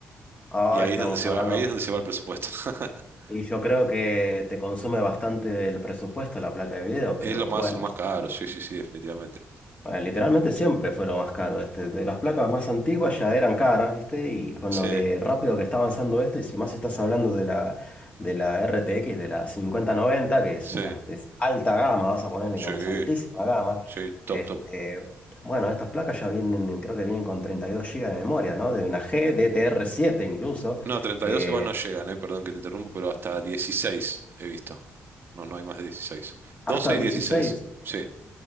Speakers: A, on the left; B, on the right.
A: Ah,
B: Y ahí
A: estamos
B: es donde se
A: hablando.
B: va, ahí es donde se va el presupuesto. <laughs>
A: Y yo creo que te consume bastante del presupuesto la placa de video, pero
B: Es lo más,
A: bueno,
B: lo más caro, sí, sí, sí, definitivamente.
A: Ah, literalmente siempre fue lo más caro. Este, de las placas más antiguas ya eran caras, ¿viste? Y con
B: Sí,
A: lo que rápido que está avanzando esto, y si más estás hablando de la, de la RTX, de la cincuenta noventa que es
B: sí,
A: una de alta gama, vas a ponerle
B: sí,
A: como es altísima gama.
B: sí, top,
A: Este,
B: top.
A: bueno, estas placas ya vienen, creo que vienen con treinta y dos GB de memoria, ¿no? De una G gddr siete incluso,
B: No, 32
A: que
B: igual no llegan, eh, perdón que te interrumpo, pero hasta 16 he visto. No, no hay más de 16.
A: hasta
B: 12 y
A: dieciséis
B: 16, sí.